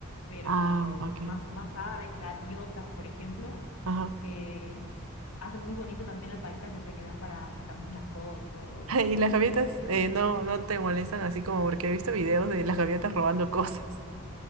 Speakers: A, on the left; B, on the right.
A: pero
B: Ah, ok.
A: más, más aves, gaviotas, por ejemplo,
B: Ajá.
A: que hacen muy bonito también el paisaje, o sea, que dan para sacar muchas fotos
B: <laughs>
A: y todo
B: Y las gaviotas
A: eso.
B: eh, no, no te molestan así como porque he visto videos de las gaviotas robando cosas.